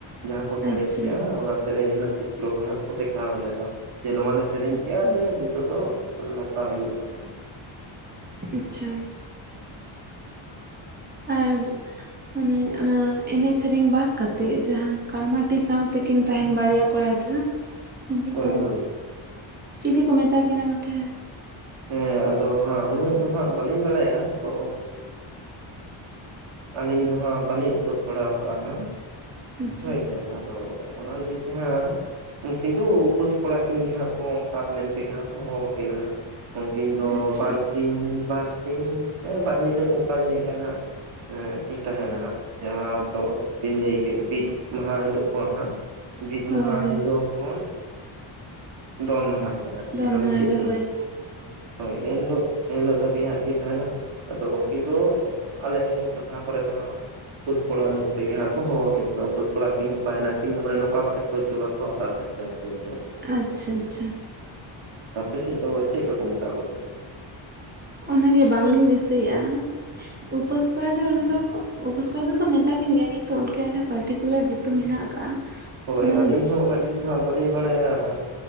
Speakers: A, on the right; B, on the right.
A: ᱡᱟᱦᱟᱸ ᱠᱚ ᱥᱮᱨᱮᱧ
B: ᱟᱪᱪᱷᱟ
A: ᱠᱮᱜᱼᱟ᱾ ᱚᱱᱟ ᱥᱮᱨᱮᱧ ᱨᱮᱱᱟᱜ ᱪᱤᱛᱨᱚ ᱜᱮ ᱦᱟᱸᱜ ᱠᱚ ᱫᱮᱠᱷᱟᱣᱟ᱾ ᱚᱸᱰᱮ ᱫᱚ ᱡᱮ ᱱᱚᱣᱟ ᱞᱮ ᱥᱮᱨᱮᱧ
B: ᱟᱪᱪᱷᱟ
A: ᱠᱮᱜᱼᱟ ᱡᱮ
B: ᱟᱪᱪᱷᱟ
A: ᱱᱤᱛᱚᱜ ᱫᱚ ᱱᱚᱝᱠᱟ ᱦᱩᱭᱩᱜᱼᱟ ᱟᱨᱠᱤ
B: ᱟᱪᱪᱷᱟ᱾ ᱟᱨ ᱢᱟᱱᱮ ᱚᱱᱟ ᱮᱱᱮᱡ ᱥᱮᱨᱮᱧ ᱵᱟᱫ ᱠᱟᱛᱮᱜ ᱡᱟᱦᱟᱸ ᱠᱟᱲᱢᱟᱴᱤ ᱥᱟᱶᱛᱮᱠᱤᱱ ᱛᱟᱦᱮᱱ ᱵᱟᱨᱭᱟ ᱠᱚᱲᱟ ᱜᱤᱫᱽᱨᱟᱹ᱾ᱩᱱᱠᱤᱱ
A: ᱦᱳᱭ
B: ᱫᱚ
A: ᱦᱳᱭ
B: ᱪᱤᱞᱤ ᱠᱚ ᱢᱮᱛᱟ ᱠᱤᱱᱟ ᱵᱚᱴᱷᱮ?
A: ᱦᱮᱸ ᱟᱫᱚ ᱦᱟᱸᱜ ᱩᱱᱟᱹᱜ ᱫᱚ ᱦᱟᱸᱜ ᱵᱟᱹᱞᱤᱧ ᱵᱟᱲᱟᱭᱟ ᱛᱚ ᱟᱹᱞᱤᱧ ᱫᱚ ᱦᱟᱸᱜ ᱵᱟᱹᱞᱤᱧ ᱩᱯᱟᱹᱥ ᱵᱟᱲᱟᱠᱟᱜᱼᱟ ᱦᱟᱜ
B: ᱟᱪᱪᱷᱟ
A: ᱦᱳᱭ ᱥᱮ᱾ ᱟᱫᱚ ᱚᱱᱟ ᱞᱟᱹᱭ ᱛᱮ ᱦᱟᱸᱜ ᱩᱱᱠᱤᱱ ᱫᱚ ᱩᱯᱟᱹᱥ ᱠᱚᱲᱟ ᱠᱤᱱ ᱜᱮ ᱦᱟᱸᱜ ᱠᱚ ᱚᱱᱠᱟ ᱢᱮᱱᱛᱮᱜᱮ ᱦᱟᱸᱜ ᱠᱚ ᱦᱚᱦᱚᱣᱟᱠᱤᱱᱟ ᱦᱟᱸᱜ᱾ ᱩᱱᱠᱤᱱ ᱫᱚ
B: ᱟᱪᱪᱷᱟ
A: ᱵᱟᱨᱥᱤᱧ ᱵᱟᱨᱫᱤᱱ ᱵᱟᱨ ᱧᱤᱫᱟᱹ ᱚᱱᱠᱟ ᱡᱟᱹᱱᱤᱡ ᱜᱮ ᱦᱟᱸᱜ ᱠᱤᱱ ᱛᱟᱦᱮᱱᱟ ᱦᱟᱸᱜ᱾ ᱡᱟᱦᱟᱸ ᱫᱚ ᱵᱤᱱ ᱞᱟᱹᱭ ᱠᱮᱫ ᱵᱤᱫ ᱢᱟᱦᱟ ᱦᱤᱞᱚᱜ ᱠᱷᱚᱱ ᱦᱟᱸᱜ ᱵᱤᱫ ᱢᱟᱦᱟ
B: ᱦᱳᱭ ᱦᱳᱭ
A: ᱦᱤᱞᱳᱜ ᱠᱷᱚᱱ ᱫᱚᱱ ᱢᱟᱦᱟ ᱦᱤᱞᱳᱜ ᱟᱨᱠᱤ
B: ᱫᱚᱱ
A: ᱡᱟᱦᱟᱸ ᱢᱩᱪᱟᱹᱫ
B: ᱢᱟᱦᱟ ᱦᱤᱞᱳᱜ
A: ᱫᱤᱱ᱾
B: ᱦᱳᱭ
A: ᱦᱳᱭ᱾ ᱮᱱ ᱦᱤᱞᱚᱜ ᱮᱱᱦᱤᱞᱳᱜ ᱫᱷᱟᱹᱵᱤᱡ ᱦᱟᱜ ᱠᱤᱱ ᱛᱟᱦᱮᱱᱟ᱾ ᱟᱫᱚ ᱩᱱᱠᱤᱱ ᱫᱚ ᱟᱞᱮ ᱴᱚᱴᱷᱟ ᱠᱚᱨᱮ ᱫᱚ ᱦᱟᱸᱜ ᱩᱯᱟᱹᱥ ᱠᱚᱲᱟ ᱢᱮᱱᱛᱮ ᱜᱮ ᱦᱟᱸᱜ ᱠᱚ ᱦᱚᱦᱚ ᱟᱹᱠᱤᱱ ᱠᱟᱱᱟ᱾ ᱩᱯᱟᱹᱥ ᱠᱚᱲᱟ ᱠᱤᱱ ᱚᱠᱟᱭ ᱱᱟ ᱠᱤᱱ ᱢᱟᱱᱮ ᱱᱚᱝᱠᱟ ᱠᱟᱛᱮ ᱠᱷᱚᱡᱽ ᱛᱚᱞᱟᱥ ᱠᱚ ᱦᱟᱛᱟᱣ ᱛᱟᱠᱤᱱᱟ ᱟᱨᱠᱤ ᱩᱱᱠᱤᱱᱟᱜ᱾ ᱫᱚ
B: ᱟᱪᱪᱷᱟ ᱟᱪᱪᱷᱟ᱾
A: ᱟᱯᱮ ᱥᱮᱫ ᱫᱚ ᱪᱮᱫ ᱞᱮᱠᱟ ᱠᱚ ᱢᱮᱛᱟ ᱠᱚ ᱛᱮ᱾
B: ᱚᱱᱟᱜ ᱜᱮ ᱵᱟᱝᱞᱤᱧ ᱫᱤᱥᱟᱹᱭᱮᱫᱼᱟ ᱩᱯᱟᱹᱥ ᱠᱚᱲᱟ ᱫᱚ, ᱚᱱᱟ ᱫᱚ ᱩᱯᱟᱹᱥ ᱠᱚᱲᱟ ᱫᱚᱠᱚ ᱢᱮᱛᱟ ᱠᱤᱱ ᱜᱮᱭᱟ᱾ ᱠᱤᱱᱛᱩ ᱩᱱᱠᱤᱱ ᱟᱜ ᱢᱤᱫᱴᱟᱝ ᱯᱟᱨᱴᱤᱠᱩᱞᱟᱨ ᱧᱩᱛᱩᱢ ᱫᱚ ᱢᱮᱱᱟᱜ ᱟᱠᱟᱫᱼᱟ᱾
A: ᱦᱳᱭ᱾
B: ᱚᱱᱟ
A: ᱟᱹᱞᱤᱧ ᱦᱚᱸ ᱩᱱᱟᱹᱜ ᱴᱷᱤᱠ ᱫᱚ ᱦᱟᱜ ᱵᱟᱹᱞᱤᱧ ᱵᱟᱲᱟᱭᱟ ᱦᱟᱸᱜ᱾